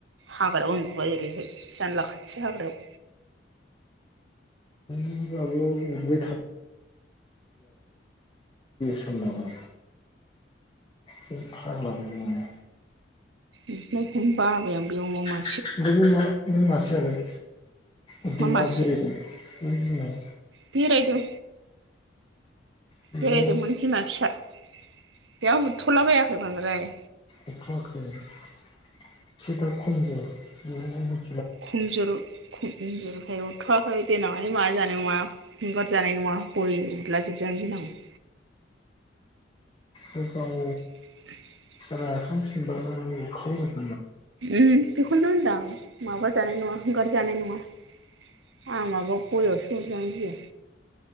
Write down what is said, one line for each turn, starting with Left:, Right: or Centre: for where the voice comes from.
Right: हाग्रायाव उन्दुबाय ओरैहाय जानला खाथि हाग्रायाव
Left: <unintelligible> बे समावनो बे फाग्ला बोरनाया
Right: ओमफ्राय खम बाबाय आं बे अमा मा
Left: ओमफ्राय बै मा बै मासेयालाय उरदों
Right: मा मासे
Left: ना जिरायदों बे बिमाया
Right: बेरायदों
Left: बेबो
Right: बेरायदोंमोन बिमा फिसा बेयाव उरथ'ला बायाखै बांद्राय
Left: एथ' आरोखि एसे दा खम जायाखै <unintelligible>
Right: खमजरु खम जरखायाव उरथ'वाखै देनांहाय मारै जानाय नङा हगार जानाय नङा गय उदला जोबजानो गिनां <unintelligible>
Left: बे गाव
Right: <inaudible>
Left: राखांफिनबानो उरखावजोब
Right: उम बेखौनोथ' होनदों आं माबा जानाय नङा हंगार जानाय नङा आंहा माबा गयावसो उरजानो गियो